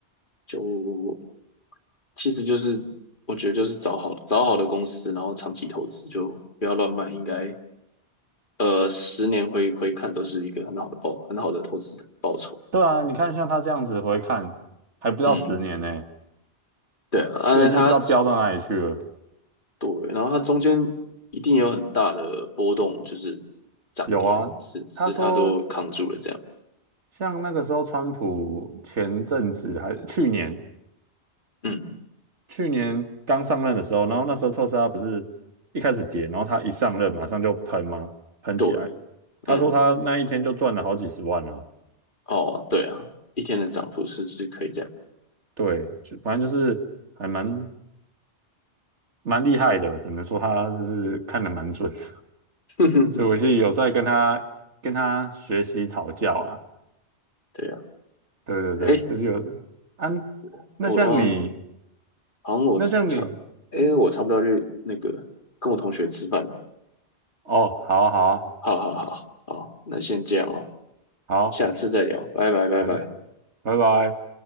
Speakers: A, on the left; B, on the right.
A: 就其实就是我觉得就是找好找好的公司，然后长期投资，就不要乱卖，应该呃十年回回看都是一个很好的报很好的投资的报酬。
B: 对啊，你看像他这样子回看，还不到十年呢、
A: 嗯，对啊，啊，
B: 这个已经不知道飙到哪里去了。
A: 那他对，然后它中间一定有很大的波动，就是涨跌，
B: 有啊，
A: 只只是它都扛住了这样。
B: 他说像那个时候，川普前阵子还去年
A: 嗯，
B: 去年刚上任的时候，然后那时候特斯拉不是一开始跌，然后他一上任马上就喷吗？喷起来。
A: 对，
B: 他说他那一天就赚了好几十万啊，
A: 嗯，哦，对啊，一天的涨幅是是可以这样。
B: 对，就反正就是还蛮蛮厉害的，只能说他就是看得蛮准的，<laughs>
A: <laughs>
B: 所以我是有在跟他跟他学习讨教啊，
A: 对啊，
B: 对对对，
A: 哎，
B: 就是有啊，
A: 我我我好像
B: 那像你，
A: 好像我差，
B: 那像你。
A: 哎，我差不多要去那个跟我同学吃饭了。
B: 哦，好啊，好啊，
A: 好好好好，那先这样哦，
B: 好，
A: 下次再聊，拜拜拜拜。
B: 好，谢，拜拜。